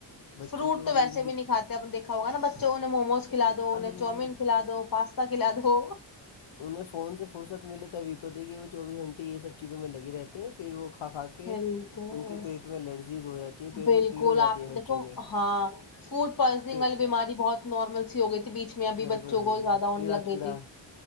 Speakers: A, on the left; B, on the left.
A: بچوں
B: فروٹ
A: کو
B: تو ویسے
A: ایک دق
B: بھی نہیں کاتے اپ دیکھا ہوگا ن بچوںہ نے موموز کھلا دو انہ
A: ارے
B: چوومین کھلاا دو پاستا کھلا دو
A: انہیں فون سے فرصت ملے تبھی تو دھی کہ وہ چوبیس گھنٹے یہ سب چیزوں میں لگ رہتے ہیں پھر وہ کھا کھا کے کہ
B: بالکل
A: ان کے پیٹ میں الرجیز ہو جاتی ہیں پیٹ
B: بالکل
A: میں کیڑے ہو جاتے
B: آپ
A: ہیں
B: دیکھو
A: بچوں کے
B: ہاں فوڈ پوائزننگ
A: پیٹ
B: والی بیماری بہت نارمل سی ہو گئی تھی بیچ میں ابھی
A: بالکل
B: بچوں
A: بالکل
B: کو زیادہ ہونے
A: کیڑا
B: لگ گئی
A: کیڑا
B: تھی